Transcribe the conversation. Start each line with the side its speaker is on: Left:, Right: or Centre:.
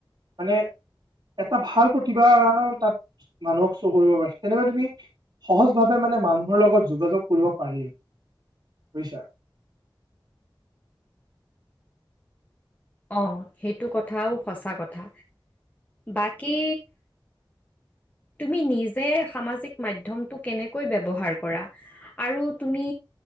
Right: মানে এটা ভাল প্ৰতিভা তাত মানুহক চহ কৰিব পাৰে তেনেকুৱা তুমি সহজ ভাৱে মানে মানুহৰ লগত যোগাযোগ কৰিব পাৰিম বুজিছা
Left: অ সেইটো কথাও সঁচা কথা বাকী তুমি নিজে সামাজিক মধ্যমটো কেনেকৈ ব্যৱহাৰ কৰা আৰু তুমি